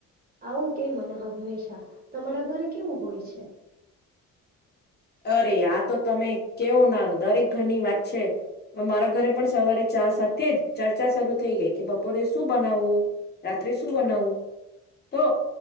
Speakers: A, on the right; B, on the left.
A: આવું કે મને હંમેશા તમારા ઘર કેવું હોય છે
B: અરે આ તો તમે કેવો ના દરેક ઘરની વાત છે હવે મારા ઘરે પણ સવારે ચા સાથે જ ચર્ચા શરૂુ થઈ ગઈ કે બપોરે શું બનાવવું રાત્રે શું બનાવવું તો